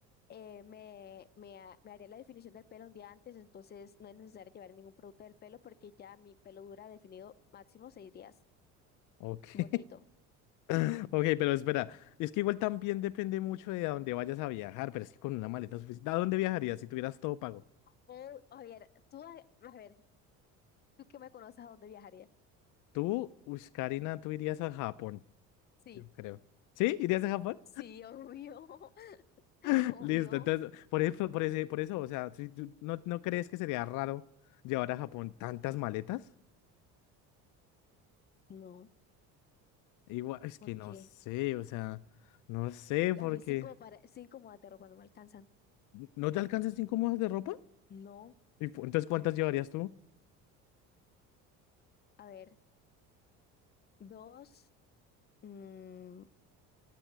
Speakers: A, on the left (about 30°); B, on the left (about 65°).
A: eh, me, me, ha- me haría la definición del pelo un día antes, entonces no es necesario llevar ningún producto del pelo porque ya mi pelo dura definido máximo seis días.
B: Ok,
A: Bonito.
B: <laughs> ok, pero espera, es que igual también depende mucho de a dónde vayas a viajar, pero es que con una maleta suficiente, ¿a dónde viajarías si tuvieras todo pago?
A: O, a ver, tú, a, a ver, tú que me conoces, ¿a dónde viajaría?
B: Tú, uy, Karina, tú irías a Japón,
A: Sí,
B: yo creo. ¿Sí? ¿Irías a Japón?
A: sí, obvio,
B: <laughs>
A: <laughs>
B: Listo,
A: obvio.
B: entonces, por eso, por ese- por eso, o sea, si tú- ¿no, no crees que sería raro llevar a Japón tantas maletas?
A: No,
B: Igual, es
A: porque
B: que no sé, o sea, no sé,
A: a
B: porque
A: mí cinco, para, cinco modas de ropa no me alcanzan.
B: ¿no te alcanzan cinco mudas de ropa?
A: No,
B: Y pu- entonces, ¿cuántas llevarías tú?
A: a ver, dos. Mm,